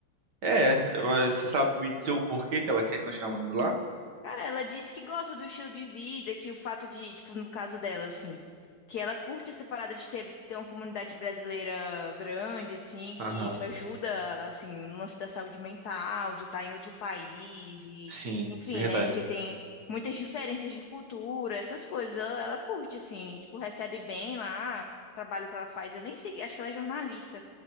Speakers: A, on the right; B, on the left.
A: É, mas você sabe me dizer o porquê que ela quer continuar morando lá?
B: Cara, ela diz que gosta do estilo de vida, que o fato de, tipo, no caso dela, assim, que ela curte essa parada de ter, ter uma comunidade brasileira grande, assim, que
A: Aham.
B: isso ajuda, assim, no lance da saúde mental, de estar em outro país e,
A: Sim,
B: enfim,
A: verdade.
B: né? Porque tem muitas diferenças de cultura, essas coisas. Ela, ela curte, assim, tipo, recebe bem lá, o trabalho que ela faz. Eu nem sei, acho que ela é jornalista.